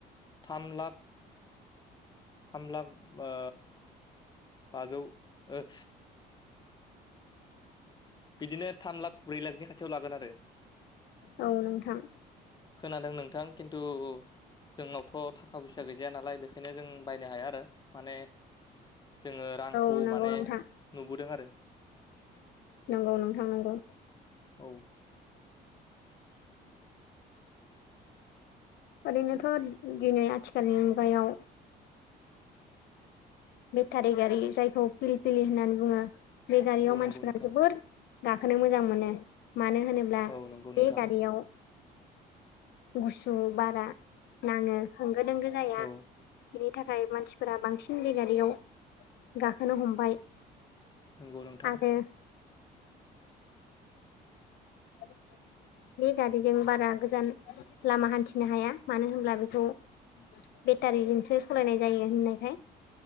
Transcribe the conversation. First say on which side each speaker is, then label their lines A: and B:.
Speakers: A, on the left; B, on the left.
A: थाम लाख थाम लाख ओ बाजौ ओ
B: <inaudible>
A: बिदिनो थाम लाख ब्रै लाखनि खाथियाव लागोन आरो
B: औ नोंथां
A: खोनादों नोंथां खिन्थु जोंनावथ' थाखा फैसा गैजाया नालाय बेखायनो जों बायनो हाया आरो माने जोङो रांखौ
B: औ नंगौ
A: माने
B: नोंथां
A: नुबोदों आरो
B: नंगौ नोंथां नंगौ
A: औ
B: ओरैनोथ' दिनै आथिखालनि मुगायाव बेटारि गारि जायखौ फिल पिलि होननानै बुङो बे गारियाव
A: औ
B: मानसिफोरा
A: नंगौ नोंथां
B: जोबोर गाखोनो मोजां मोनो मानो होनोब्ला
A: औ नंगौ
B: बे
A: नोंथां
B: गारियाव गुसु बारा नाङो होंगो -दोंगो जाया
A: औ
B: बिनि थाखाय मानसिफोरा बांसिन बेगारियाव गाखोनो हमबाय
A: नंगौ नोंथां
B: आरो <unintelligible> बे गारिजों बारा गोजान लामा हान्थिनो हाया मानो होनब्ला बेखौ बेटारिजोंसो सालायनाय जायो होननायखाय